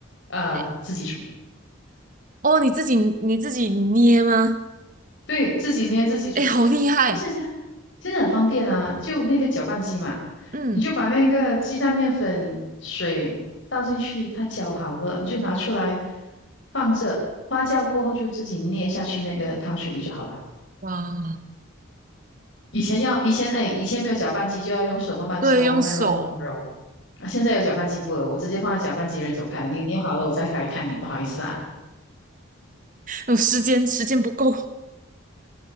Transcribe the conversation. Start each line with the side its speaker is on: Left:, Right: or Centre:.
Left: 呃，
Right: 哎，
Left: 自己煮。
Right: 哦，你自己你自己捏吗？
Left: 对，自己捏自己煮。
Right: 哎，好厉害，
Left: 那现在现在很方便啊，就那个搅拌机嘛，
Right: 嗯，
Left: 你就把那个鸡蛋、面粉、水倒进去，它搅好了，你就拿出来放着，发酵过后就自己捏下去那个汤水里就好了。
Right: 哇。
Left: 以前要以前哎，以前没有搅拌机就要用手慢慢搓、
Right: 对，用手，
Left: 慢慢揉、慢慢揉啊，现在有搅拌机不了，我直接放在搅拌机人走开，你捏好了我再来看你，不好意思啊，
Right: 有时间，时间不够，